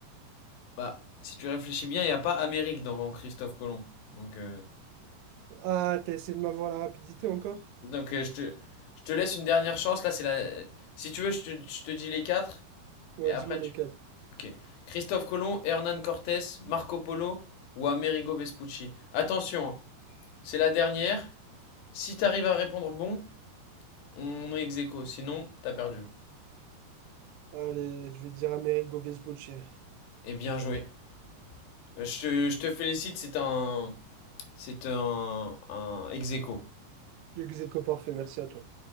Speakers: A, on the left; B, on the right.
A: Bah, si tu réfléchis bien, il n'y a pas Amérique dans Christophe Colomb. Donc, euh,
B: Ah, t'as essayé de m'avoir la rapidité encore?
A: Donc euh, je te, je te laisse une dernière chance. Là, c'est la. Si tu veux, je te, je te dis les quatre.
B: Ouais,
A: Et après,
B: dis-moi
A: tu.
B: lesquels.
A: Ok. Christophe Colomb, Hernán Cortés, Marco Polo ou Amerigo Vespucci. Attention, hein, c'est la dernière. Si t'arrives à répondre bon, on est ex aequo. Sinon, t'as perdu.
B: Allez, je vais dire Amerigo Vespucci.
A: Et bien joué. Euh, Je te, je te félicite, c'est un. C'est un, un ex aequo.
B: L'ex aequo parfait, merci à toi.